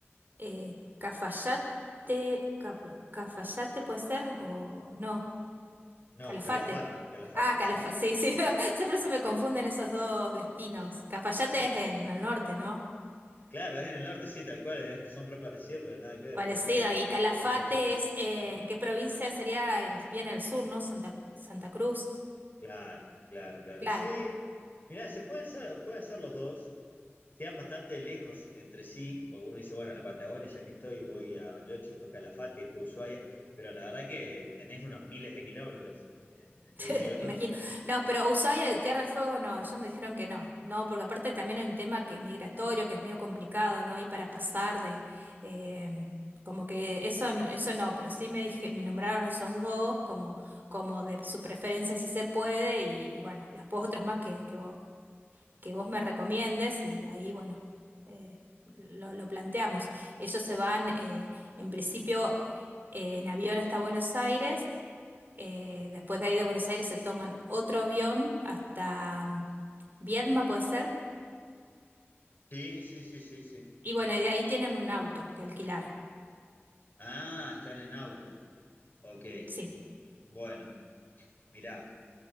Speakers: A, on the right (about 45°); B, on the left (about 40°).
A: Eh, Cafayate, Ca- Cafayate puede ser o no,
B: no,
A: Calafate.
B: Calafate, Calafate,
A: Ah, Calafate,
B: sí, sí.
A: sí, sí, <laughs> no, siempre se me confunden esos dos destinos. Cafayate es en el norte, ¿no?
B: Claro, es en el norte, sí, tal cual, es- son re parecidos, pero nada que ver,
A: Parecido.
B: uno queda
A: Y Calafate
B: en la otra punta.
A: es, eh, ¿en qué provincia sería? El- bien el sur, ¿no? Santa, Santa Cruz.
B: Claro, claro, claro.
A: Claro.
B: Sí, mirá, se pueden hacer, pueden ser los dos. quedan bastante lejos entre sí, porque uno dice, bueno, la Patagonia, ya que estoy, voy a Bariloche, después Calafate, después Ushuaia, pero la verdad que tenés unos miles de kilómetros eh, entre
A: <laughs>
B: uno y otro.
A: Me imagino. No, pero Ushuaia, Tierra del Fuego, no, ellos me dijeron que no, no, porque aparte también hay un tema que es migratorio, que es medio complicado, ¿no? Ahí para pasar de, eh, como que eso, no- eso no, pero sí me dije, me nombraron esos dos como, como de su preferencia si se puede, y, y bueno, y después otros más que, que vos, que vos me recomiendes, y ahí, bueno, eh, lo, lo planteamos. Ellos se van, eh, en principio, eh, en avión hasta Buenos Aires eh, después de ahí de Buenos Aires se toman otro avión hasta mm, Viedma, puede ser.
B: Sí, sí, sí, sí, sí.
A: Y bueno, y de ahí tienen un auto que alquilaron.
B: Ah, están en auto. Ok,
A: Sí.
B: bueno, mirá,